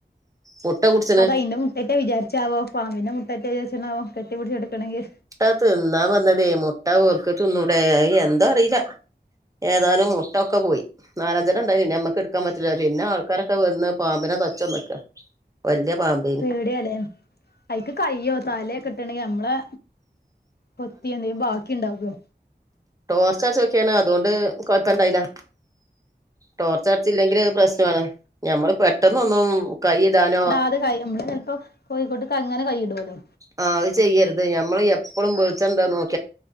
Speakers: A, on the right; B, on the left.
A: മുട്ട കുടി
B: അത് അയിന്റെ മുട്ടേറ്റെ വിചാരിച്ചാവോ പാമ്പിന്റെ മുട്ടേറ്റെ വിചാരിച്ചാവോ കെട്ടി പിടിച്ചു കെടക്കണെങ്കി.
A: അത് തിന്നാ വന്നതേ മുട്ട ഓർക്ക് തിന്നൂടെ അത് എന്തോ അറില്ല. ഏതാനും മുട്ടൊക്കെ പോയി നാലാഞ്ചണ്ണം ഇണ്ടായിനീ പിന്നെ ഞമ്മക്ക് ഇട്ക്കാൻ പറ്റില്ല പിന്നെ ആൾക്കാരൊക്കെ വന്ന് പാമ്പ്നെ ത തച്ചൊന്നക്കാ വല്യ പാമ്പേ
B: പേടിയാലേ അയിക്ക് കയ്യോ തലെക്കെ ഇട്ട്ണെങ്കി നമ്മളെ കൊത്തിയാ എന്തെങ്കി ബാക്കി ഇണ്ടാകോ
A: ടോർച്ചടിച്ചൊക്യാണ് അതോണ്ട് കൊഴപ്പണ്ടായില ടോർച്ചടിച്ചില്ലെങ്കില് പ്രശ്ണാണ് ഞമ്മള് പെട്ടെന്നൊന്നും കൈയിടാനോ
B: അത് കയ്യും നമ്മള് ചെൽപ്പോ കോഴിക്കൂട്ട്ക്ക് അങ്ങനെ കൈയിടോ ലോ
A: ആ അത് ചെയ്യരുത് ഞമ്മള് എപ്പളും വെളിച്ചണ്ടോ നോക്കി